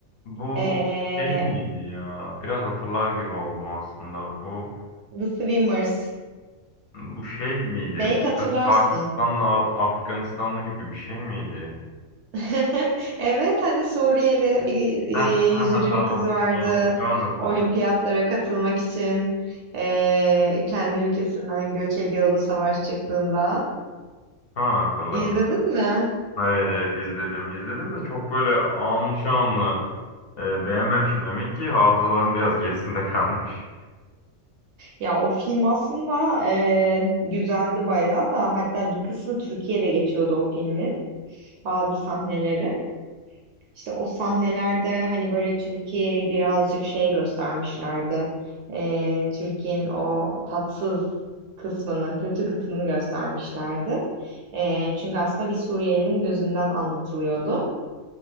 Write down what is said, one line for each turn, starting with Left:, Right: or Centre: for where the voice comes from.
Left: Bu
Right: Eee,
Left: şey miydi ya? Biraz hatırlar gibi oldum aslında. Bu
Right: The Swimmers.
Left: bu şey miydi?
Right: Belki
Left: Bu
Right: hatırlarsın.
Left: Kız Pakistanlı, Af- Afganistanlı gibi bir şey miydi?
Right: <laughs> Evet hani Suriyeli bir e,
Left: Heh, <laughs>
Right: yüzücü
Left: ha tamam.
Right: bir kız vardı
Left: Şu an, şu an hatırladım.
Right: olimpiyatlara katılmak için e, kendi ülkesinden göç ediyordu savaş çıktığında.
Left: Şu an hatırladım.
Right: İzledin mi?
Left: Evet evet izledim. İzledim de çok böyle anlı şanlı e, beğenmemişim demek ki hafızalarım biraz gerisinde <laughs> kalmış.
Right: Ya o film aslında e, güzeldi bayağı da hatta bir kısmı Türkiye'de geçiyordu o filmin bazı sahneleri. İşte o sahnelerde hani böyle Türkiye'yi birazcık şey göstermişlerdi. Ee, Türkiye'nin o tatsız kısmını, kötü kısmını göstermişlerdi. Ee, çünkü aslında bir Suriyelinin gözünden anlatılıyordu.